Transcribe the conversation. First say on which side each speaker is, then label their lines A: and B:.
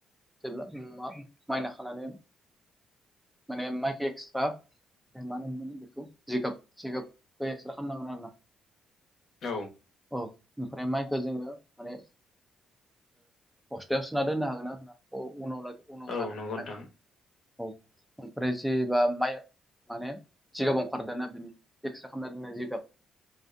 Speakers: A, in the centre; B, on the left.
A: जेब्ला मा माइ नाखानानै माने माइखो एक्सट्रा जों मा होनोमोन बेखौ जिगाब जिगाबखो एक्सट्रा खामनांगोन आरोना।
B: औ
A: औ ओमफ्राय माइखौ जोङो माने हस्टेलाव सोना दोननो हागोन ना होनना उनाव लागै उनाव
B: औ
A: जानो
B: नंगौ
A: थाखाय
B: नोंथां
A: औ ओमफ्राय जेबा माइ माने जिगाब ओंखारदों ना बिनि एक्सरे खालामना दोनना जिगाब <unintelligible>